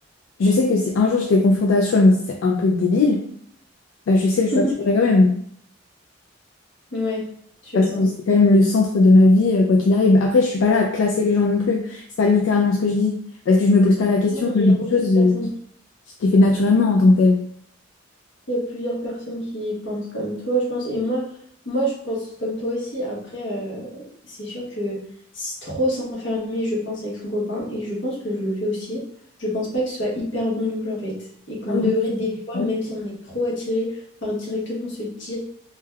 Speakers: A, on the left (about 75°); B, on the left (about 60°).
A: je sais que si un jour j'étais confrontée à ce choix, mais c'est un peu débile, bah je sais
B: <laughs>
A: le choix que je ferais quand même.
B: Ouais, tu
A: Parce
B: vois.
A: que c'est quand même le centre de ma vie, euh, quoi qu'il arrive. Après, je suis pas là à classer les gens non plus. C'est pas littéralement ce que je dis. Parce que je me pose pas la question
B: Non,
A: de
B: mais il y a beaucoup
A: choses
B: de personnes
A: euh, ce qui est fait naturellement en tant que tel.
B: il y a plusieurs personnes qui pensent comme toi, je pense. Et moi, moi, je pense comme toi aussi. Après, euh, c'est sûr que si trop s'enfermer, je pense, avec son copain, et je pense que je le fais aussi, je pense pas que ce soit hyper bon non plus, en fait. Et qu'on
A: Ah oui.
B: devrait, des fois,
A: bah
B: même si on est trop attiré par directement se dire,